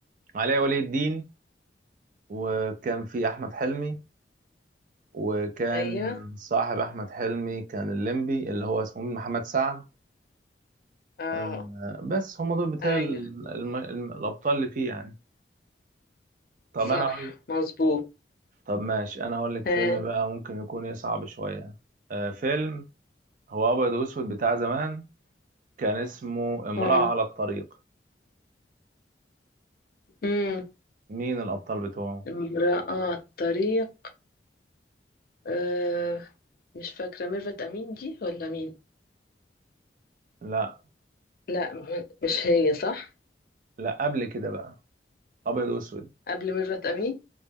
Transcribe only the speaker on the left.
أيوه
اه
أيوه
صح
مظبوط
آه،
آه.
أمم،
امرأة على الطريق آه، مش فاكرة ميرفت أمين دي ولا مين؟
لا م- مش هي صح؟
قبل ميرفت أمين؟